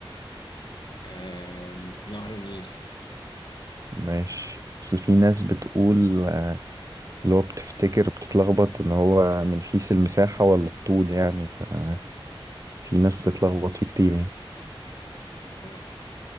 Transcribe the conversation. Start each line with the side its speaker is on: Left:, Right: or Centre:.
Left: آم... نهر النيل
Right: ماشي بس في ناس بتقول آه، اللي هو بتفتكر بتتلخبط إن هو من حيث المساحة ولا الطول يعني ففي ناس بتتلخبط فيه كتير يعني
Left: آه،